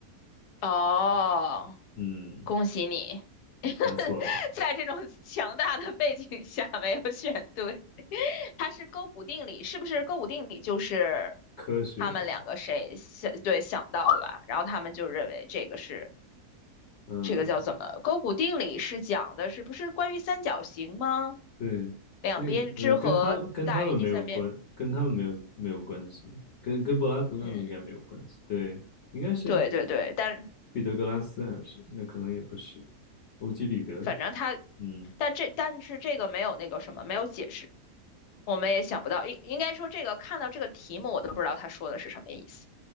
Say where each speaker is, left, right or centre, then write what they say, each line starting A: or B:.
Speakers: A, on the left; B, on the left.
A: 哦，
B: 嗯，
A: 恭喜你，<laughs>
B: 答错了，
A: 在这种强大的背景下没有选对。<laughs> 它是勾股定理，是不是勾股定理就是
B: 科学的，
A: 他们两个谁想，对，想到的吧？然后他们就认为这个是
B: 嗯。
A: 这个叫怎么？勾股定理是讲的是不是关于三角形吗？
B: 对，
A: 两边之和大于第三边。
B: 那个呃，跟他跟他们没有关，跟他们没有没有关系，
A: 嗯。
B: 跟跟柏拉图他们应该没有关系。
A: 嗯
B: 对，应该是
A: 对对对，但
B: 彼得格拉斯还是那可能也不是，欧几里得。
A: 反正他，
B: 嗯
A: 但这但是这个没有那个什么，没有解释，我们也想不到。应应该说，这个看到这个题目，我都不知道他说的是什么意思。